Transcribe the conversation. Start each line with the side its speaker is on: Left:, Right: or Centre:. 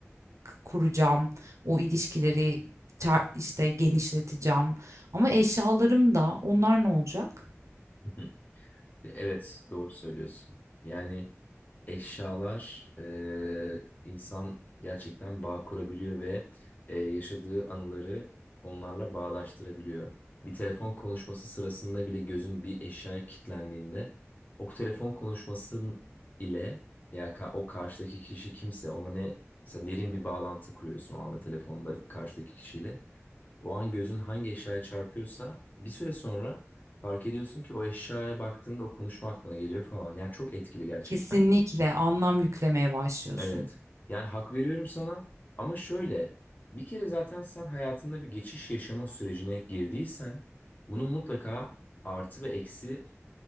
Right: kuracağım, o ilişkileri çar- işte genişleteceğim. Ama eşyalarım da onlar ne olacak?
Left: <laughs> Evet, doğru söylüyorsun. Yani eşyalar e, insan gerçekten bağ kurabiliyor ve e, yaşadığı anıları onlarla bağdaştırabiliyor. Bir telefon konuşması sırasında bile gözün bir eşyaya kilitlendiğinde o telefon konuşması ile veya ka- o karşıdaki kişi kimse ona ne mesela derin bir bağlantı kuruyorsun o anda telefonda karşıdaki kişiyle. O an gözün hangi eşyaya çarpıyorsa bir süre sonra fark ediyorsun ki o eşyaya baktığında o konuşma aklına geliyor falan. Yani çok etkili gerçekten.
Right: Kesinlikle anlam yüklemeye başlıyorsun.
Left: Evet. Yani hak veriyorum sana ama şöyle bir kere zaten sen hayatında bir geçiş yaşama sürecine girdiysen bunun mutlaka artı ve eksi